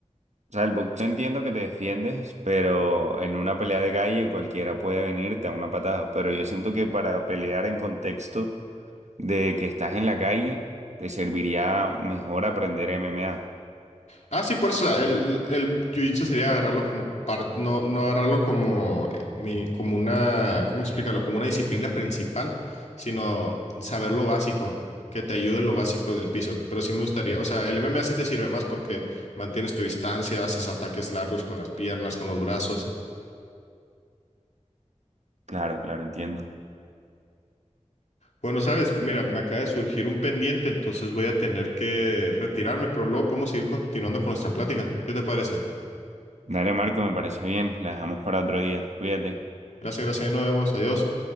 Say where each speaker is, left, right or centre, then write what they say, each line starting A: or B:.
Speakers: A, on the right; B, on the left.
A: o sea, el boxeo entiendo que te defiendes, pero en una pelea de calle cualquiera puede venirte a una patada. Pero yo siento que para pelear en contexto de que estás en la calle, te serviría mejor aprender MMA.
B: Ah, sí, por eso el, el, el jiu-jitsu sería agarrarlo como parte, no, no agarrarlo como, eh, mi- como una, ¿cómo explicarlo? Como una disciplina principal, sino saber lo básico, que te ayude en lo básico del piso. Pero sí me gustaría, o sea, el MMA sí te sirve más porque mantienes tu distancia, haces ataques largos con las piernas, con los brazos.
A: Claro, claro, entiendo.
B: Bueno, sabes, mira, me acaba de surgir un pendiente, entonces voy a tener que retirarme, pero luego podemos seguir continuando con nuestra plática. ¿Qué te parece?
A: Dale, Marco, me parece bien. La dejamos para otro día. Cuídate.
B: Gracias, gracias, ahí nos vemos, adiós.